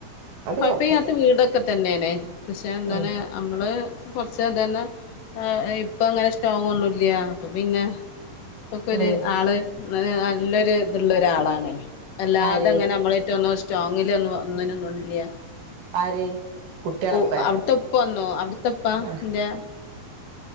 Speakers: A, on the left; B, on the right.
A: പപ്പേ
B: കൊഴപ്പല്ല
A: കത്ത് വീടൊക്കെ തന്നെയനെ പക്ഷെ എന്താണ്
B: ഉം
A: നമ്മള് കുറച്ച അതുന്നെ ഇപ്പ അങ്ങനെ സ്ട്രോങ് ഒന്നുംല്ല അപ്പൊ പിന്നെ ഇപ്പൊക്കെ ഒരു
B: ഉം
A: ആള് നല്ലൊരു ഇതള്ള ഒരാളാണ് അല്ലാതെങ്ങനെ
B: ആര്
A: നമ്മള ഏറ്റോ ഒന്നും സ്ട്രോങല്ലു ഒന്നും ഒന്നിന ഒന്നും ഇല്ല
B: ആര് കുട്ട്യാളെപ്പേ
A: ഓ അവിടുത്തുപ്പ അവിടുത്തപ്പാ
B: ആഹ്
A: എന്തയാ